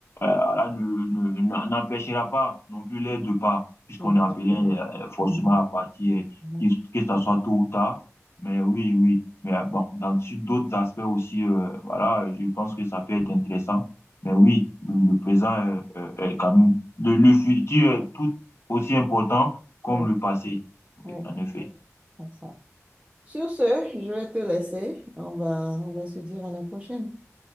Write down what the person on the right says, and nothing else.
mhm,
Exactement.
Mhm,
mhm.
Oui,
oui,
c'est ça. Sur ce, je vais te laisser. On va, on va se dire à la prochaine.